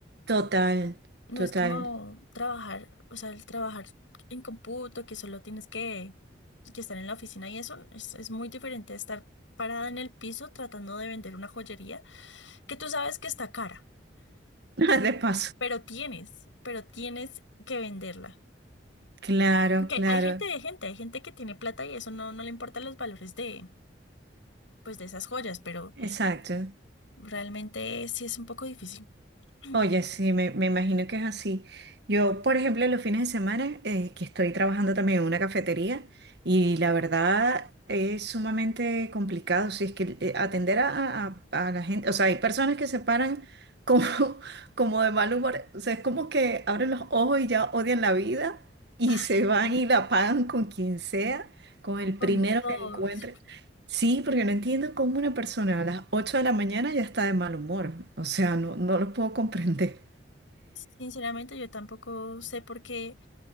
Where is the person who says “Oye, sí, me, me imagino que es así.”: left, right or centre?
Right